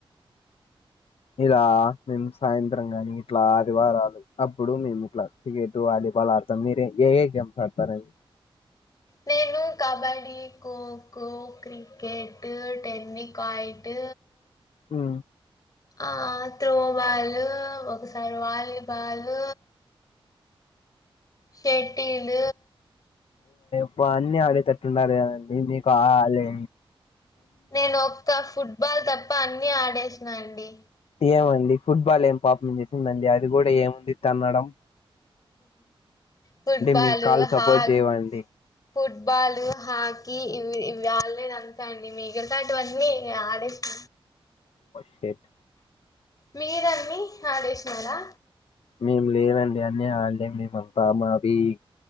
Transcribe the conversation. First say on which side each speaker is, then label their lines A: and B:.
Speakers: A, on the left; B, on the left.
A: ఇలా మేము సాయంత్రం కాని ఇట్లా ఆదివారాలు అప్పుడు మేము ఇట్లా క్రికెట్ వాలీబాల్ ఆడతాం మీరే ఏ ఏ గేమ్స్ ఆడతారండి
B: నేను కబడీ ఖోఖో క్రికెట్ టెన్నికాయిట్
A: ఆ
B: ఆ త్రో బాలు ఒకసారి వాలీబాల్ ద షెటిల్
A: ఇ అన్నిీ ఆడేటట్టు ఉండాలి కదండి మీకు ఆ లే
B: నేను ఒక్క ఫుట్బాల్ తప్ప ఇప్ప అన్ని ఆడేసినండి
A: ఏమండి ఫుట్బాల్ ఏం పాప చేసిందండి అది కూడా ఏముంది తనడం
B: ఫుట్బాాలు
A: మీ కాళ్ళు
B: హాక్
A: సపోర్ట్ చేయవండి
B: ఫుట్బాలు హాకీ ఇవి ఇవి ఆడలేదు అంతే అండి మిగిలితా అటువన్నీ ఆడేస్త
A: శేట్
B: మీరన్నీ ఆడేసన్నారా
A: మేము లేదండి అన్ని అడలెం మేం అంత మది